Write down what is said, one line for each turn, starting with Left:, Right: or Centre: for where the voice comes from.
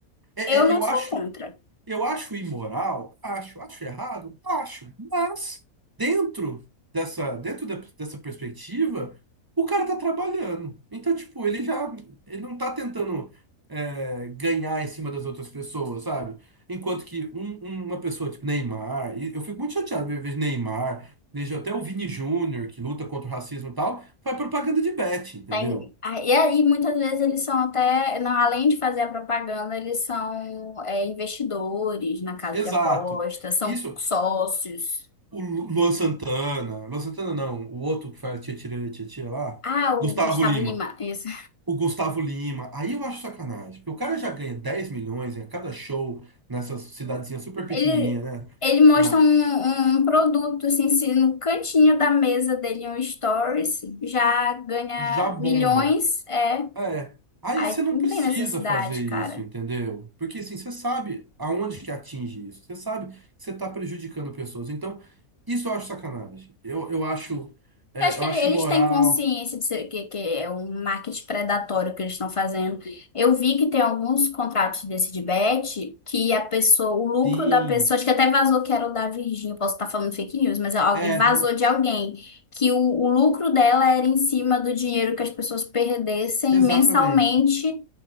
Right: É,
Left: Eu não
Right: é, eu
Left: sou
Right: acho,
Left: contra.
Right: Eu acho imoral, acho, acho errado, acho, mas dentro dessa, dentro de- dessa perspectiva, o cara tá trabalhando. Então, tipo, ele já, ele não tá tentando é, ganhar em cima das outras pessoas, sabe? Enquanto que um- um- uma pessoa tipo Neymar, e eu fico muito chateado ver ver Neymar, vejo até o Vini Júnior, que luta contra o racismo e tal, faz propaganda de bet, entendeu?
Left: Tem, ah, e aí, muitas vezes, eles são até, não, além de fazer a propaganda, eles são é, investidores na casa
Right: Exato.
Left: de apostas, são
Right: Isso,
Left: sócios.
Right: O Luan Santana, Luan Santana não, o outro que faz tia tirana tia tia lá,
Left: Ah, o
Right: Gustavo
Left: Gustavo
Right: Lima.
Left: Lima, isso.
Right: O Gustavo Lima, aí eu acho sacanagem, porque o cara já ganha 10 milhões em cada show nessas cidadezinha super pequenininha,
Left: Ele,
Right: né?
Left: ele mostra
Right: Na,
Left: um, um produto, assim, se no cantinho da mesa dele, um stories, já ganha
Right: já bomba.
Left: milhões, é.
Right: É, aí
Left: Aí
Right: você não
Left: não
Right: precisa
Left: tem necessidade,
Right: fazer isso,
Left: cara.
Right: entendeu? Porque assim, você sabe aonde que atinge isso, você sabe que você está prejudicando pessoas. Então, isso eu acho sacanagem. Eu, eu acho, é,
Left: Eu acho que
Right: eu acho
Left: ele- eles
Right: imoral,
Left: têm consciência de ser- que, que é um marketing predatório que eles estão fazendo. Eu vi que tem alguns contratos desse de bet que a pessoa, o lucro
Right: sim.
Left: da pessoa, acho que até vazou que era o da Virgínia, eu posso estar falando fake news, mas é algo-
Right: É,
Left: vazou de alguém, que o, o lucro dela era em cima do dinheiro que as pessoas perdessem
Right: Exatamente,
Left: mensalmente